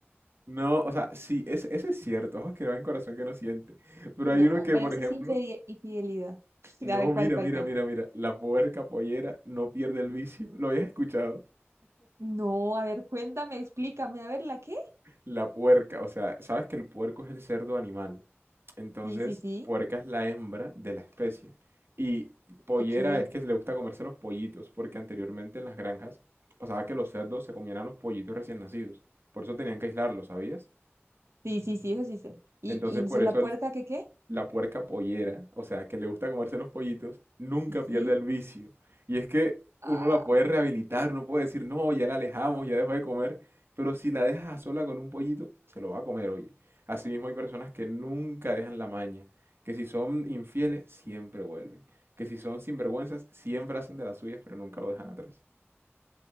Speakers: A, on the right; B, on the right.
A: No, o sea, sí, ese, ese es cierto, ojos que no ven, corazón que no siente. Pero
B: no,
A: hay uno que,
B: pero
A: por
B: ese
A: ejemplo,
B: es infide- infidelidad. <laughs>
A: no,
B: A ver, ¿cuál,
A: mira,
B: cuál,
A: mira,
B: cuál?
A: mira, mira, la puerca pollera no pierde el vicio. ¿Lo habías escuchado?
B: No, a ver, cuéntame, explícame, a ver, ¿la qué?
A: La puerca, o sea, sabes que el puerco es el cerdo animal. Entonces,
B: Sí, sí, sí,
A: puerca es la hembra de la especie. Y pollera
B: ok.
A: es que le gusta comerse los pollitos, porque anteriormente en las granjas pasaba que los cerdos se comían a los pollitos recién nacidos. Por eso tenían que aislarlos, ¿sabías?
B: Sí, sí, sí, eso sí sé. ¿Y,
A: Entonces,
B: y entonces
A: por eso
B: la puerca
A: el,
B: qué qué?
A: la puerca pollera, o sea, que le gusta comerse los pollitos, nunca
B: Sí.
A: pierde el vicio. Y es que
B: Ah,
A: uno la puede rehabilitar, uno puede decir, no, ya la alejamos, ya dejó de comer, pero si la dejas a sola con un pollito, se lo va a comer, oye. Asimismo hay personas que nunca dejan la maña, que si son infieles, siempre vuelven, que si son sinvergüenzas, siempre hacen de las suyas, pero nunca lo dejan atrás.